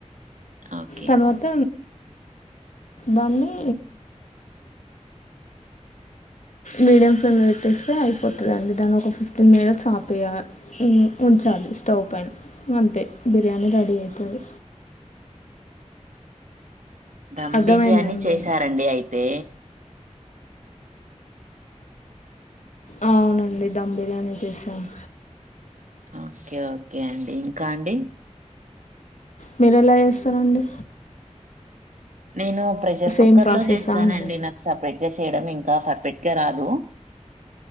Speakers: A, on the right; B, on the left.
A: ఓకే
B: తర్వాత దాన్ని మీడియం ఫ్లేమ్ పెట్టేస్తే అయిపోతుందిండి దాన్ని ఒక ఫిఫ్టీన్ మినిట్స్ ఆపేయాలి ఉంచాలి స్టవ్ పైన అంతే బిర్యానీ రెడీ అవుతుంది.
A: ధమ్
B: అర్థమైందా
A: బిర్యానీ
B: అండి
A: చేసారండి అయితే
B: అవునండి ధమ్ బిర్యానీ చేశాను.
A: ఓకే ఓకే అండి ఇంకా అండి
B: మీరు ఎలా చేస్తారంండి
A: నేను ప్రెషర్
B: సేమ్
A: కుక్కర్
B: ప్రాసెస్సా
A: లో చేస్తానండి,
B: అండి
A: నాకు సపరేట్ గా చేయడం ఇంకా పర్పరెట్ గా రాదు.